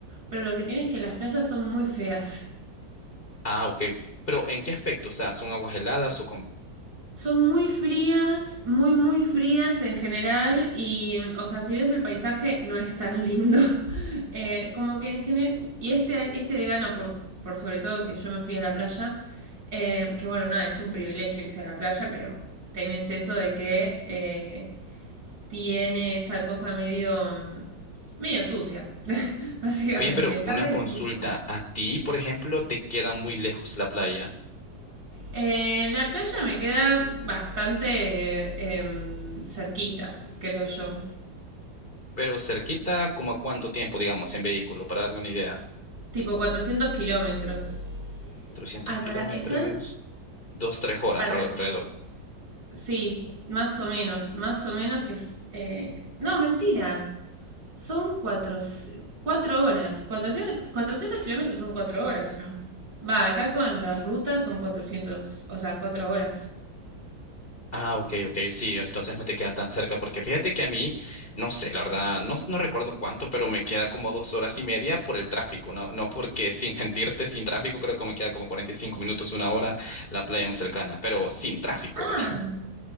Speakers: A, on the right (about 70°); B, on the left (about 30°).
A: pero lo que tiene es que las playas son muy feas.
B: Ah, ok. Pero ¿en qué aspecto? O sea, ¿son aguas heladas o cómo.
A: Son muy frías, muy, muy frías en general y, o sea, si ves el paisaje no es tan lindo. <laughs> Eh, como que en general, y este, este verano, por, por sobre todo que yo me fui a la playa, eh, que bueno, nada, es un privilegio irse a la playa, pero tenés eso de que eh, tiene esa cosa medio, medio sucia, <laughs> básicamente,
B: Oye, pero
A: está
B: una
A: medio
B: consulta.
A: sucia.
B: A ti, por ejemplo, te queda muy lejos la playa,
A: Eh, la playa me queda bastante eh, em, cerquita, creo yo.
B: pero cerquita, ¿como a cuánto tiempo, digamos, en vehículo? Para darme una idea.
A: Tipo 400 kilómetros.
B: 400
A: Ay,
B: kilómetros,
A: para, están
B: dos, tres horas
A: para,
B: algo alrededor.
A: sí, más o menos, más o menos que es, eh, no, mentira, son cuatro, cuatro horas, 400 400 kilómetros son cuatro horas, ¿o no? Va, acá con las rutas son 400, o sea, cuatro horas.
B: Ah, ok, ok, sí, entonces no te queda tan cerca, porque fíjate que a mí, no sé, la verdad, no, no recuerdo cuánto, pero me queda como dos horas y media por el tráfico, no, no porque <laughs> sin mentirte, sin tráfico creo que me queda como 45 minutos, una hora la playa más cercana, pero sin tráfico,
A: Ah,
B: ¿verdad?